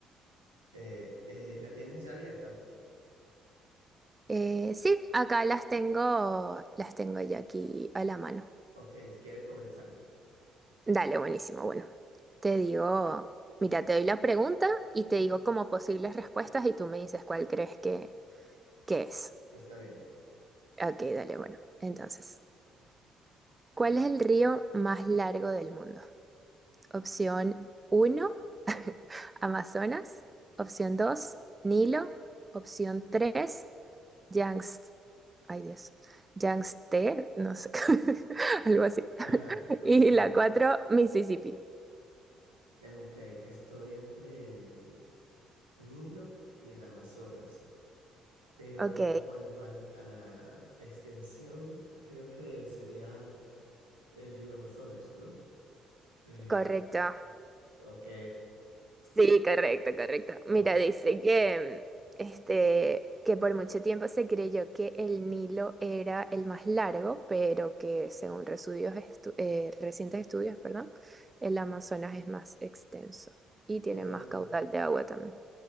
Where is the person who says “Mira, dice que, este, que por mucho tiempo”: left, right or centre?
Right